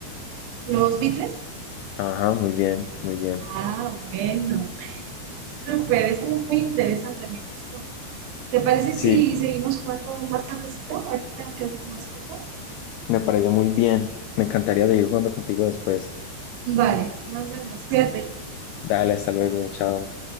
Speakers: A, on the right; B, on the left.
A: ¿Los Beatles?
B: Ajá, muy bien, muy bien.
A: Ah, bueno. Súper, esto es muy interesante, me gustó. ¿Te parece
B: Sí,
A: si seguimos jugando más tardecito? Ahorita tengo que hacer unas cosas.
B: me parece muy bien. Me encantaría seguir jugando contigo después.
A: Vale, nos vemos. Cuídate.
B: Dale, hasta luego, chao.